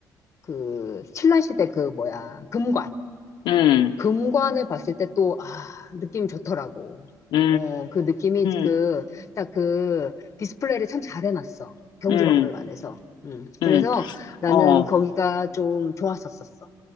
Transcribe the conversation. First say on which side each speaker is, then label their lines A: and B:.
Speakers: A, on the left; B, on the left.
A: 그, 신라시대 그 뭐야, 금관.
B: 음,
A: 금관을 봤을 때 또, 아, 느낌이 좋더라고.
B: 음,
A: 어, 그 느낌이 그,
B: 음,
A: 딱 그 디스플레이를 참 잘 해놨어. 경주박물관에서.
B: 음,
A: 음,
B: 음.
A: 그래서 나는
B: 어.
A: 거기가 좀 좋았었었어.